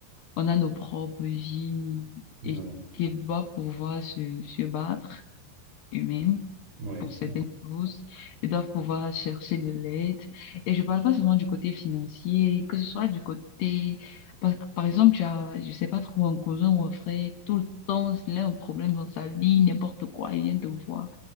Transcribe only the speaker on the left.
on a nos propres vies
et qu'ils doivent pouvoir se, se battre eux-mêmes
pour
certaines
choses. Ils doivent pouvoir chercher de l'aide. Et je parle pas seulement du côté financier, que ce soit du côté, parce que par exemple, tu as, je sais pas trop, un cousin ou un frère, tout le temps, il a un problème dans sa vie, n'importe quoi, il vient te voir.